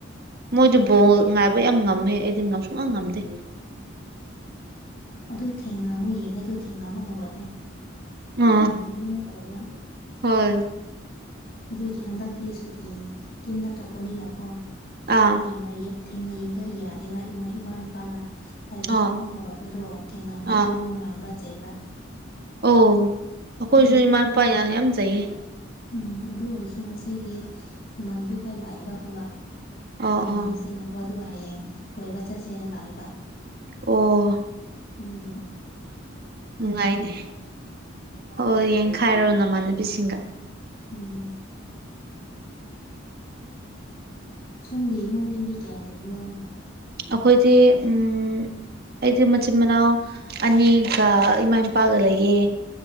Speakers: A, on the right; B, on the left.
A: ꯃꯣꯏꯗꯤ ꯕꯣꯜ ꯉꯥꯏꯕ ꯌꯥꯝ ꯉꯝꯃꯦ ꯑꯩꯗꯤ ꯉꯨꯡꯉꯝ ꯉꯝꯗꯦ
B: ꯑꯗꯨ ꯊꯦꯡꯅ ꯑꯃꯨꯛ ꯌꯦꯡꯉꯦ ꯑꯗꯨ ꯊꯦꯡꯅ ꯑꯃꯨꯛ ꯍꯧꯒꯠꯂꯦ
A: ꯑ
B: ꯌꯦꯡꯉꯗꯤ ꯑꯗꯨꯃꯥꯏꯅ ꯇꯧꯋꯦꯕ
A: ꯍ ꯍꯣꯏ
B: ꯑꯗꯨꯒꯤ ꯍꯟꯗꯛꯇꯤ ꯁꯨꯇꯤ ꯌꯨꯝꯗ ꯊꯣꯛꯄꯅꯤꯅꯀꯣ
A: ꯑꯥ
B: ꯊꯦꯡꯅꯩꯌꯦ ꯊꯦꯡꯅꯌꯦꯡꯕ ꯌꯥꯗꯦꯕ ꯏꯃꯥ ꯏꯄꯥꯅ ꯍꯥꯏꯕꯗꯤ
A: ꯑꯥ
B: ꯑꯃꯨꯛ ꯍꯧꯒꯠꯄꯗꯣ ꯊꯦꯡꯅ ꯍꯧꯒꯠꯇꯦ
A: ꯑꯥ
B: ꯑꯃꯨꯛ ꯉꯥꯡꯕ ꯆꯩꯕ
A: ꯑꯣ ꯑꯩꯈꯣꯏꯁꯖꯨ
B: ꯑꯗꯨ
A: ꯏꯃꯥ ꯏꯄꯥ ꯌꯥꯝ ꯌꯥꯝꯆꯩꯌꯦ
B: ꯎꯝ ꯑꯗꯨ ꯑꯣꯏꯔꯁꯨ ꯉꯁꯤꯗꯤ ꯏꯃꯥꯟꯅꯕꯤ ꯈꯣꯏ ꯂꯥꯛꯏꯕ ꯄꯨꯂꯞ
A: ꯑꯣ
B: ꯌꯦꯡꯃꯤꯟꯅꯁꯦꯟꯅꯀꯣ
A: ꯑꯣ
B: ꯑꯗꯨꯒ ꯍꯌꯦꯡ ꯀꯣꯏꯕ ꯆꯠꯁꯦꯅ ꯂꯥꯛꯑꯦꯕ
A: ꯑꯣ
B: ꯑꯗꯨꯅꯦ
A: ꯅꯨꯡꯉꯥꯏꯅꯦ ꯍꯣꯏ ꯌꯦꯡꯈꯥꯏꯔꯣ ꯅꯃꯥꯟꯅꯕꯤꯁꯤꯡꯒ
B: ꯎꯝ ꯁꯣꯝꯒꯤ ꯏꯃꯨꯡꯗꯤ ꯃꯤ ꯀꯌꯥ ꯂꯩꯕ꯭ꯔꯣ꯫
A: ꯑꯈꯣꯢꯗꯤ ꯎꯝ ꯑꯩꯗꯤ ꯃꯆꯤꯟ ꯃꯅꯥꯎ ꯑꯅꯤꯒ ꯏꯃꯥ ꯏꯄꯥꯒ ꯂꯩꯌꯦ꯫